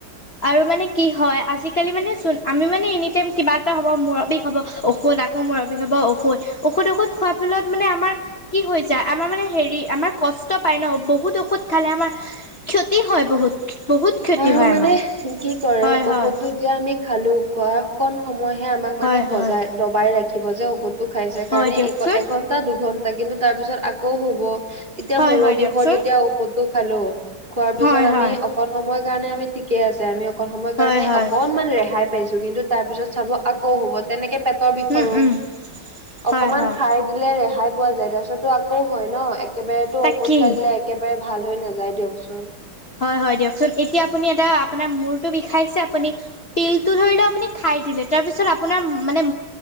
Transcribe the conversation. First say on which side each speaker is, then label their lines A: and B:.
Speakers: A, on the left (about 30°); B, on the right (about 20°).
A: আৰু মানে কি হয়, আজিকালি মানে চোন আমি মানে এনি টাইম কিবা এটা হ'ব, মূৰ বিষ হ'ব, ঔষধ মূৰ বিষ হ'ব ঔষধ-ঔষধ-ঔষধ খোৱাৰ ফলত মানে আমাৰ কি হৈ যায়, আমাৰ মানে হেৰি আমাৰ কষ্ট পাই ন' বহুত ঔষধ খালে আমাৰ ক্ষতি হয় বহুত, বহুত ক্ষতি
B: আৰু
A: হয়
B: মানে
A: আমাৰ।
B: কি কৰে
A: হয় হয়
B: ঔষধটো এতিয়া আমি খালো, খোৱা অকণ সময়হে আমাক মানে
A: হয় হয়
B: বজাই দবাই ৰাখিব যে ঔষধটো খাইছে কাৰণে
A: হয় দিয়কচোন
B: এঘন্টা দুঘণ্টা কিন্তু তাৰ পিছত আকৌ হ'ব, এতিয়া
A: হয়
B: মূৰৰ
A: হয়
B: বিষত
A: দিয়কচোন
B: যেতিয়া ঔষধটো খালো, খোৱাৰ পিছত
A: হয়
B: আমি
A: হয়
B: অকণ সময়ৰ কাৰণে আমি ঠিকে আছে। আমি অকন সময়ৰ কাৰণে
A: হয় হয়
B: অকনমান ৰেহাই পাইছো। কিন্তু তাৰ পিছত চাব আকৌ হ'ব তেনেকে পেটৰ বিষৰো।
A: উম উম
B: অকমান
A: হয় হয়
B: খাই দিলে ৰেহাই পোৱা যায় তাৰ পিছতো আকৌ হয় ন। একেবাৰেতো
A: তাকেই
B: ঔষধ খাই দিলে একেবাৰে ভাল হৈ নাযায় দিয়কচোন।
A: হয়, হয়, দিয়কচোন! এতিয়া আপুনি এটা আপোনাৰ মূৰটো বিষাইছে আপুনি পিলটো ধৰি ল আপুনি খাই দিলে তাৰপিছ আোনাৰ মানে